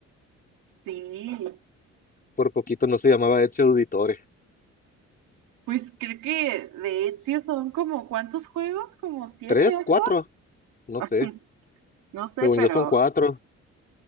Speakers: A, on the right (about 85°); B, on the left (about 30°).
A: Sí,
B: Por poquito no se llamaba Ezio Auditore.
A: pues creo que de Ezio son como, ¿cuántos juegos? ¿Como siete,
B: ¿Tres?
A: ocho?
B: ¿Cuatro? No
A: <laughs>
B: sé.
A: No sé,
B: Según
A: pero,
B: yo son cuatro.